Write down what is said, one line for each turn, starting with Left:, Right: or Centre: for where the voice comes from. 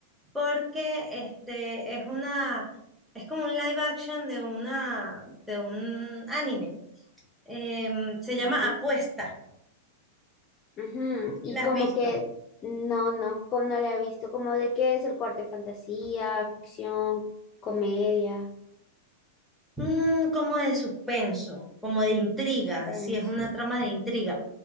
Centre: porque este es una, es como un live action de una, de un anime. Em, se llama
Left: Ujú.
Centre: Apuesta.
Left: Ujú, Y
Centre: si la
Left: como
Centre: has visto.
Left: que, no, no, como no la he visto, como de qué es el corte, fantasía, ficción, comedia,
Centre: Mm, como de suspenso, como de intriga,
Left: suspenso.
Centre: si es una trama de intriga.